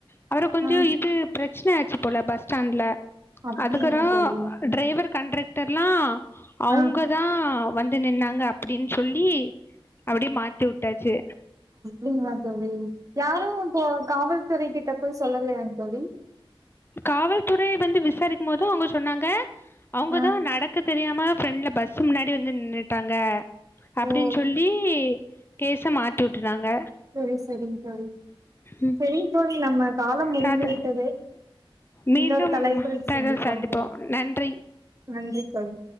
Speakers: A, on the left; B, on the right.
A: அப்புறோ கொஞ்சோ
B: ஆ
A: இது பிரச்சன பிரச்சினைய ஆய்ச்சு போல பஸ் ஸ்டாண்ட்ல
B: அப்டிங்களா
A: அதுக்கறோ
B: தோழி
A: அ டிரைவர் கன்று தெரலாம் அவுங்கதா
B: ஆ
A: வந்து நின்னாங்க அப்படின்னு சொல்லி அப்டியே மாத்திவுட்டாச்சு
B: நீங்களா அது சரி யாரும் போ காவல் கிட்ட போய் சொல்லலயாங் தோழி
A: காவல்துறைய வந்து விசாரிக்கும் போத அவுங்க சொன்னாங்க அவுங்கதா
B: ஆ
A: நடக்க தெரியாம ஃப்ரெண்ட்ல பஸ் முன்னாடி வந்து நின்னுட்டாங்க அப்டின்
B: ஓ
A: சொல்லி கேச மாத்தி விட்டுறாங்க
B: சரி சரிங்க தோழி
A: ம்
B: சரிங் தோழி நம்ம காலம் முடிந்து
A: சரி
B: விட்டது
A: மீண்டும்
B: இன்னொரு தலைப்பில் சந்திப்போம்
A: தகவல்
B: தோழி
A: நன்றி
B: நன்றி தோழி